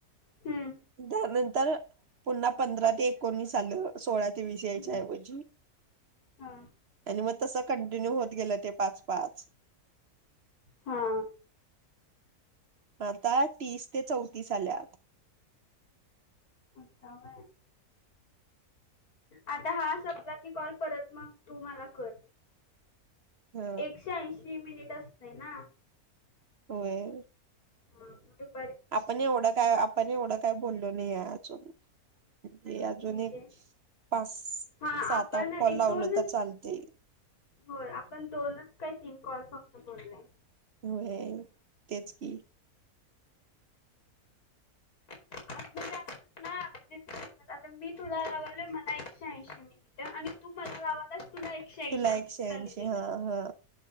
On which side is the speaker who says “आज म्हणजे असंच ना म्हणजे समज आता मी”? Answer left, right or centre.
Left